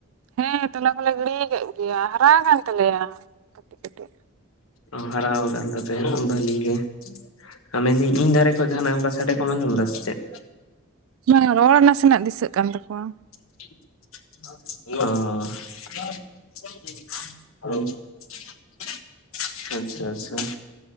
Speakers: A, on the right; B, on the left.
A: ᱦᱮᱸ ᱛᱚᱞᱟ ᱠᱚᱞᱮ ᱜᱤᱲᱤ ᱠᱟᱜ ᱜᱮᱭᱟ ᱦᱟᱨᱟ ᱠᱟᱱ ᱛᱟᱞᱮᱭᱟ ᱠᱟᱹᱴᱤᱡ ᱠᱟᱹᱴᱤᱡ
B: ᱚ ᱦᱟᱨᱟᱣ ᱠᱟᱱ ᱛᱟᱯᱮᱭᱟ ᱵᱷᱟᱞᱤ ᱜᱮ ᱢᱮᱱᱫᱟᱹᱧ ᱤᱧ ᱫᱷᱟᱨᱮ ᱠᱷᱚᱡ ᱡᱟᱦᱟᱱᱟᱜ ᱚᱱᱠᱟ ᱥᱟᱰᱮ ᱠᱚᱢ ᱟᱸᱡᱚᱢ ᱫᱟ ᱥᱮ ᱪᱮᱫ
A: ᱵᱟᱝᱟ ᱨᱚᱲ ᱱᱟᱥᱮᱱᱟᱜ ᱫᱤᱥᱟᱹᱜ ᱠᱟᱱ ᱛᱟᱠᱚᱣᱟ
B: ᱚᱻ <unintelligible> <unintelligible> ᱟᱪᱪᱷᱟ ᱟᱪᱪᱷᱟ